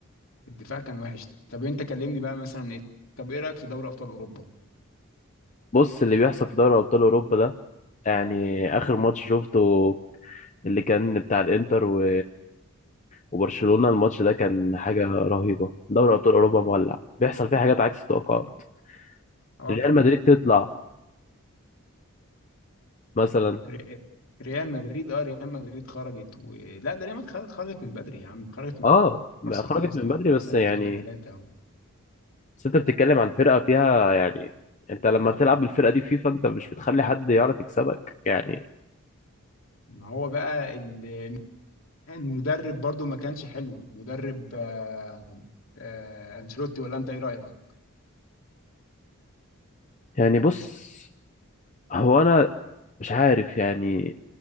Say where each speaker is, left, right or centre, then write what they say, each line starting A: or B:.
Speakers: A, on the left (about 65°); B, on the left (about 35°).
A: الدفاع كان وحش طب انت كلمني بقى مثلا ايه طب ايه رايك في دوري ابطال اوروبا
B: بص اللي بيحصل في دوري أبطال أوروبا ده يعني آخر ماتش شفته اللي كان بتاع الإنتر و... وبرشلونة الماتش ده كان حاجة رهيبة دوري أبطال أوروبا مولع بيحصل فيه حاجات عكس التوقعات
A: اه اه
B: ريال
A: طبعا
B: مدريد تطلع مثلا
A: ري- ريال مدريد اه ريال مدريد خرجت ولا ده ريال مدريد خر- خرجت من بدري يا عم خرجت من
B: اه ما
A: ارسنال
B: خرجت
A: اصلا
B: من بدري بس
A: ارسنال
B: يعني
A: كسبتها ثلاثه و...
B: بس انت بتتكلم
A: و...
B: عن فرقة
A: و-
B: فيها يعني انت لما بتلعب بالفرقة دي فيفا انت مش بتخلي حد يعرف يكسبك يعني
A: ان هو بقى ال- المدرب برضو ما كانش حلو مدرب آه... آه... انشيلوتي ولا انت ايه رايك؟
B: يعني بص هو انا مش عارف يعني